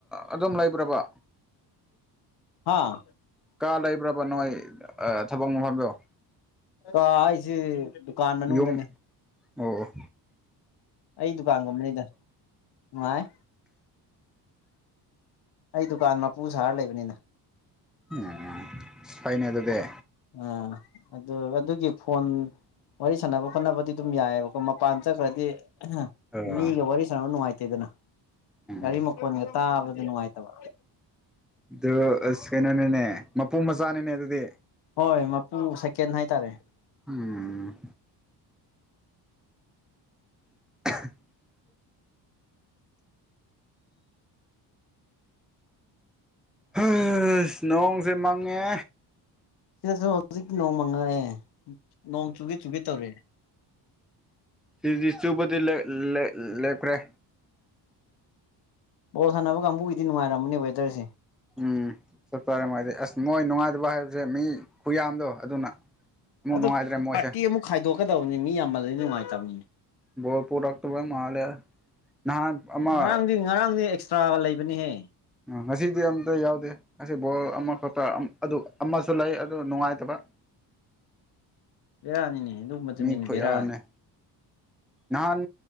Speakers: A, in the centre; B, on the left.
A: ꯑꯗꯨꯝ ꯂꯩꯕ꯭ꯔꯕ
B: ꯍꯥꯥ
A: ꯀꯥ ꯂꯩꯕ꯭ꯔꯕ ꯅꯣꯏ ꯑ ꯊꯕꯛ ꯃꯨꯐꯝꯗꫭ
B: ꯀ ꯍꯥꯏꯁꯤ ꯗꯨꯀꯥꯟ ꯃꯅꯨꯡꯗꯅꯤ
A: ꯌꯨꯝ ꯑꯣ ꯑꫭ
B: ꯑꯩ ꯗꯨꯀꯥꯟꯒꯨꯝꯕꯅꯤꯗ ꯅꯨꯡꯉꯥꯏ ꯑꯩ ꯗꯨꯀꯥꯟ ꯃꯄꯨ ꯁꯥꯔ ꯂꯩꯕꯅꯤꯗ
A: ꯎꯝ ꯐꯩꯅꯦ ꯑꯗꯨꯗꯤ
B: ꯑꯥ ꯑꯗꯨ ꯑꯗꯨꯒꯤ ꯐꯣꯟ ꯋꯥꯔꯤ ꯁꯥꯟꯅꯕ ꯈꯣꯠꯅꯕꯗꯤ ꯑꯗꯨꯝ ꯌꯥꯏꯑꯕꯀꯣ ꯃꯄꯥꯟ ꯆꯠꯈ꯭ꯔꯗꯤ ꯑꯍ
A: ꯑ
B: ꯃꯤꯒ ꯋꯥꯔꯤꯔꯤ ꯁꯟꯅ ꯅꯨꯡꯉꯥꯏꯇꯦꯗꯅ
A: ꯎꯝ
B: ꯒꯥꯔꯤ ꯃꯀꯣꯟꯒ ꯇꯥꯕꯗ ꯅꯨꯡꯉꯥꯏꯇꯕ
A: ꯑꯗꯨ ꯑꯁ ꯀꯩꯅꯣꯅꯦꯅꯦ ꯃꯄꯨ ꯃꯆꯥꯅꯤꯅꯦ ꯑꯗꯨꯗꯤ
B: ꯍꯣꯏ ꯃꯄꯨ ꯁꯦꯀꯦꯟ ꯍꯥꯏꯇꯥꯔꯦ
A: ꯎꯝ <unintelligible> ꯍꯁ ꯅꯣꯡꯁꯦ ꯃꯪꯉꯦ
B: ꯁꯤꯗꯁꯨ ꯍꯧꯖꯤꯛ ꯅꯣꯡꯃꯉꯔꯛꯑꯦ ꯅꯣꯡ ꯆꯨꯒꯦ ꯆꯨꯒꯦ ꯇꯧꯔꯦ
A: ꯁꯤꯗꯗꯤ ꯆꯨꯕꯗꯤ ꯂꯦ ꯂꯦ ꯂꯦꯞꯈ꯭ꯔꯦ
B: ꯕꯣꯜ ꯁꯥꯟꯅꯕ ꯀꯥꯡꯕꯨꯒꯤꯗꯤ ꯅꯨꯡꯉꯥꯏꯔꯝꯃꯅꯦ ꯋꯦꯗꫪꯁꯦ
A: ꯎꯝ ꯆꯞ ꯆꯥꯔꯦ ꯃꫭꯏꯗꯤ ꯑꯁ ꯃꫭꯏ ꯅꯨꯡꯉꯥꯏꯇꯕ ꯍꯥꯏꯕꯁꯦ ꯃꯤ ꯈꯨꯌꯥꯗꯣ ꯑꯗꯨꯅ ꯑꯃꯨꯛ
B: ꯑꯗꯨ
A: ꯅꯨꯡꯉꯥꯏꯇ꯭ꯔꯦ ꯃꯣꯏꯁꯦ
B: ꯄꯥꫪꯇꯤ ꯑꯃꯨꯛ ꯈꯥꯏꯗꯣꯛꯀꯗꯧꯕꯅꯤ ꯃꯤ ꯌꯥꯝꯃꯜꯂꯗꯤ ꯅꯨꯡꯉꯥꯏꯇꯕꯅꯤ
A: ꯕꫭꯜ ꯄꯨꯔꯛꯇꯕꯩ ꯃꯥꯜꯂꯦ ꯅꯍꯥꯟ ꯑꯃ
B: ꯉꯔꯥꯡꯗꯤ ꯉꯔꯥꯡꯗꯤ ꯑꯦꯛꯁꯇ꯭ꯔꯥꯒ ꯂꯩꯕꯅꯤꯍꯦ
A: ꯉꯁꯤꯗꯤ ꯑꯝꯇ ꯌꯥꯎꯗꯦ ꯉꯁꯤ ꯕꯣꯜ ꯑꯃꯈꯄ ꯑꯗꯨ ꯑꯃꯁꯨ ꯂꯩ ꯑꯗꯨ ꯅꯨꯡꯉꯥꯏꯇꯕ <inaudible>
B: ꯕꯦꯔꯥꯅꯤꯅꯦ ꯑꯗꯨꯒꯨꯝꯕꯗꯨꯅꯤꯅꯦ
A: ꯃꯤ ꯈꯨꯣꯏ
B: ꯕꯦꯔꯥꯁꯦ
A: ꯌꯥꯝꯅꯦ ꯅꯍꯥꯟ